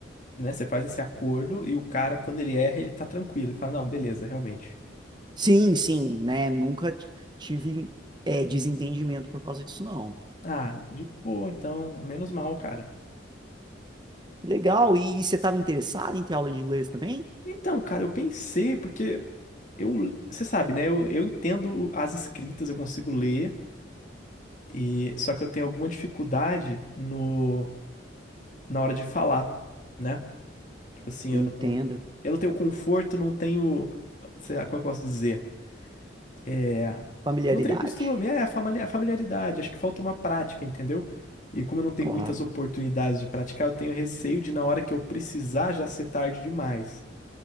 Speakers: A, on the left; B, on the right.
A: né? Você faz esse acordo e o cara, quando ele erra, ele tá tranquilo. Ele fala, não, beleza, realmente.
B: Sim, sim, né? Nunca t- tive é, desentendimento por causa disso, não.
A: Ah, de boa, então, menos mal, cara.
B: Que Legal, e, você estava interessado em ter aula de inglês também?
A: Então, cara, eu pensei, porque eu, você sabe, né? Eu, eu entendo o- as escritas, eu consigo ler, e só que eu tenho alguma dificuldade no, na hora de falar, né? Tipo assim,
B: Entendo.
A: eu não, eu não tenho conforto, não tenho, sei lá, como é que eu posso dizer? É,
B: Familiaridade,
A: não tenho costume, é a famali- a familiaridade. Acho que falta uma prática, entendeu? E como eu não tenho
B: claro.
A: muitas oportunidades de praticar, eu tenho receio de na hora que eu precisar já ser tarde demais.